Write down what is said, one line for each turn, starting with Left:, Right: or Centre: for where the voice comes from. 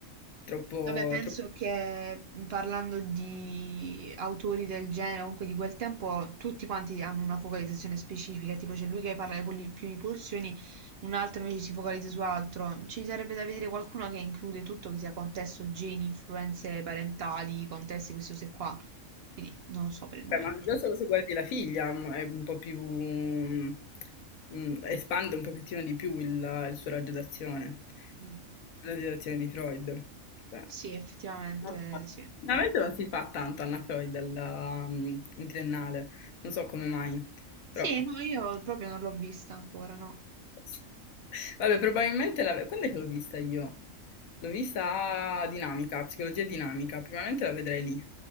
Left: Troppo,
Right: Vabbè, penso
Left: è troppo
Right: che mh, parlando di autori del genere, comunque di quel tempo, tutti quanti hanno una focalizzazione specifica, tipo c'è lui che parla di poli- più di pulsioni, un altro invece si focalizza su altro. Ci sarebbe da vedere qualcuno che include tutto, che sia contesto, geni, influenze parentali, contesti, queste cose qua. Quindi non lo so per il momento.
Left: Beh, ma già solo se guardi la figlia mm, è un po' più, mm, mm, espande un pochettino di più il, il suo raggio d'azione,
Right: Mm.
Left: la raggio d'azione di Freud. Cioè,
Right: Sì, effettivamente
Left: non so.
Right: sì.
Left: Veramente non si fa tanto Anna Freud alla, mm, in triennale, non so come mai, però
Right: Sì, no, io proprio non l'ho vista ancora, no.
Left: <laughs> vabbè, probabilmente la... quando è che l'ho vista io? L'ho vista a dinamica, psicologia dinamica, probabilmente la vedrei lì.